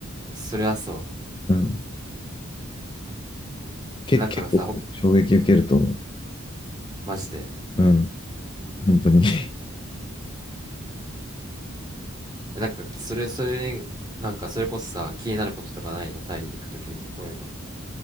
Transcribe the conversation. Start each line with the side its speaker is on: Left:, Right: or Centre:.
Right: それはそ
Left: うん。け、
Right: う。なんかさ、
Left: 結構衝撃受けると思う。
Right: ほマジで。
Left: うん。
Right: うん。
Left: 本当に。<laughs>
Right: えなんか、それ、それに、なんか、それこそさ、気になることとかないのタイ行くときに、こういうの